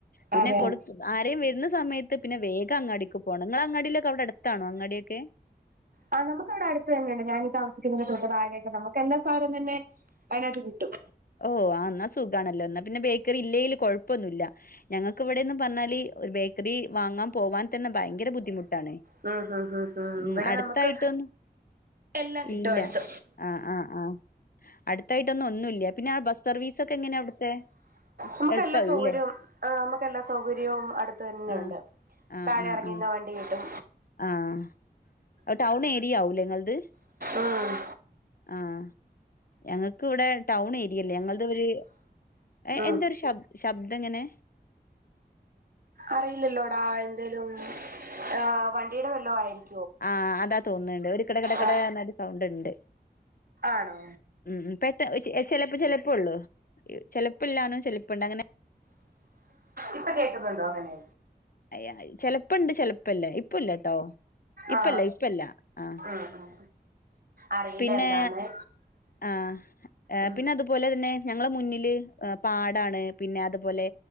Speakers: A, on the left (about 55°); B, on the right (about 55°).
A: പിന്നെ
B: അതെ
A: കൊടു
B: അതെ
A: ആരേം വരുന്ന സമയത്ത് പിന്നെ വേഗം അങ്ങാടീക്ക് പോണം, ങ്ങളെ അങ്ങാടിലൊക്കെ അവിടെ അടുത്താണോ അങ്ങാടിയൊക്കെ
B: ആ നമുക്കവിടെ അടുത്ത് തന്നെയുണ്ട്, ഞാനീ താമസിക്കുന്നന്റെ തൊട്ട് താഴെആയിട്ട്. നമുക്കെല്ലാ സാനവും തന്നെ അയ്നാത്ത് കിട്ടും
A: ഓ ആ ന്നാ സുഗാണല്ലോ എന്നാ പിന്നെ ബേക്കറി ഇല്ലേലും കൊഴപ്പൊന്നുമല്ല ഞങ്ങക്ക് വടെന്ന് പർഞ്ഞാല് ഒരു ബേക്കറി വാങ്ങാൻ പോവാൻ തന്നെ ഭയങ്കര ബുദ്ധിമുട്ടാണ്.
B: ഉം ഹും ഹും ഹും
A: ഉം
B: ഇവിടെ
A: അടുത്തായിട്ട്
B: നമുക്ക് എല്ലാം കിട്ടും
A: ഇല്ല
B: അടുത്ത്
A: ആഹ് ആഹ് ആഹ് അടുത്തായിട്ടൊന്നും ഒന്നുല്യ പിന്നെ ബസ് സർവീസൊക്കെ എങ്ങനെയ അവിടുത്തെ
B: നമുക്കെല്ലാ
A: എളുപ്പാവൂല്ലേ
B: സൗകര്യവും, ആഹ് നമുക്കെല്ലാ സൗകര്യവും അടുത്ത് തന്നെയുണ്ട്
A: ആഹ് ആഹ് ആഹ്
B: ങ്ങിന്ന
A: ആഹ്
B: വണ്ടി കിട്ടും
A: ആഹ് അഹ് ടൗൺ ഏരിയ ആവൂലേ ങ്ങൾത്
B: ആഹ്
A: ആഹ് ഞങ്ങക്ക് വടെ ടൗൺ ഏരിയല്ല ഞങ്ങൾതൊര് ഏ
B: ഉം
A: എന്തൊരു ശബ് ശബ്ദങ്ങനെ
B: അറിയില്ലല്ലോടാ എന്തേലും ഹ് വണ്ടിയുടെ വെല്ല ആയിരിക്
A: ആഹ് അതാ തോന്ന്ണ്ട് ഒരു കിടക്കിടക്കിട
B: ആ
A: ർഞൊര് സൗണ്ട് ണ്ട്
B: ആണോ
A: ഉം പെട്ട ചെലപ്പൊ ചെലപ്പൊള്ളു ചെിലപ്പല്ലാർഞ്ഞാ ചെലപ്പണ്ട് അങ്ങന
B: ഇപ്പൊ കേക്കുന്നുണ്ടോ അങ്ങനെ
A: അയ്യ ചെലപ്പുണ്ട് ചെിലപ്പല്ല ഇപ്പല്ലട്ടോ ഇപ്പല്ല
B: ആ
A: ഇപ്പല്ല ആഹ്
B: ഉം ഉം അറിയില്ല
A: പിന്നെ
B: എന്താന്ന്
A: ആഹ്
B: ഉം
A: പിന്നെ അതുപോലെ തന്നെ ഞങ്ങള മുന്നില് പാടാണ് പിന്നെ അതുപോലെ